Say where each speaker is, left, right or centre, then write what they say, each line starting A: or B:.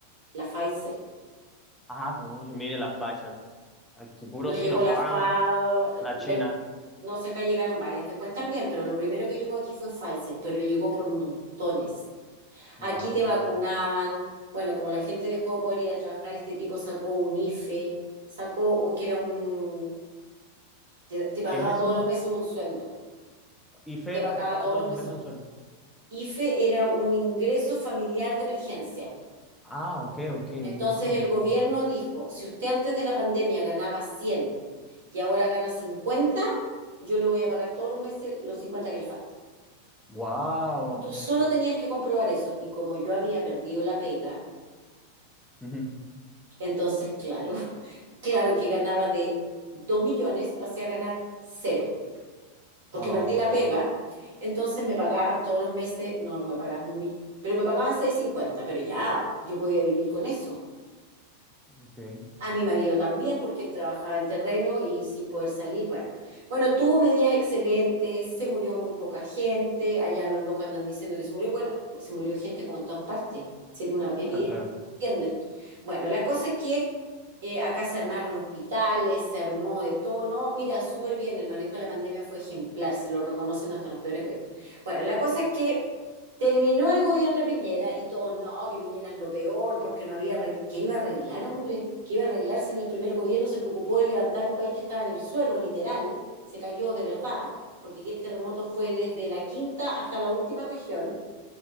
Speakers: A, on the right; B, in the centre.
A: la Pfizer.
B: Ah, pues, mire la Pfizer. Aquí puro
A: No llegó
B: Sinopharm,
A: la Fa,
B: la China.
A: bueno, no sé, acá llegaron varias después también, pero lo primero que llegó aquí fue Pfizer, pero llegó por montones.
B: Wow,
A: Aquí te
B: wow.
A: vacunaban. Bueno, como la gente dejó de poder ir a trabajar, este tipo sacó un IFE, sacó, que era un, te, te pagaba
B: ¿Qué es eso?
A: todos los meses un sueldo,
B: IFE
A: te pagaba
B: es que paga
A: todos
B: todos
A: los
B: los
A: meses.
B: meses un sueldo.
A: IFE era un ingreso familiar de emergencia.
B: Ah, ok, ok,
A: Entonces
B: un ingreso familiar
A: el gobierno
B: de emergencia.
A: dijo, si usted antes de la pandemia ganaba 100 y ahora gana 50, yo le voy a pagar todos los meses los 50 que le faltan.
B: Wow.
A: Y tú solo tenías que comprobar eso. Y como yo había perdido la pega,
B: <laughs>
A: Entonces, claro, <laughs> claro que ganaba de 2 millones, pasé a ganar cero, porque
B: Wow,
A: perdí la pega. Entonces me pagaban todos los meses, no, no me pagaban un millón, pero me pagaban seiscientos cincuenta pero ya yo podía vivir con eso.
B: ok,
A: A mi marido también, porque él trabajaba en terreno y sin poder salir. Bueno, bueno, tuvo medidas excelentes, se murió muy poca gente, allá los locos andan diciendo que se murió. Bueno, se murió gente como en todas partes, si era una epidemia,
B: claro, claro.
A: no entienden. Bueno, la cosa es que eh, acá se armaron hospitales, se armó de todo, ¿no? Mira, súper bien, el manejo de la pandemia fue ejemplar, se lo reconocen hasta los peores gobiernos. Bueno, la cosa es que Terminó el gobierno de Piñera y todos, no, que Piñera es lo peor porque no había, arregl- que iba a arreglar, hombre, que iba a arreglar si en el primer gobierno se preocupó de levantar un país que estaba en el suelo, literal, se cayó de verdad, porque aquí el terremoto fue desde la quinta hasta la última región,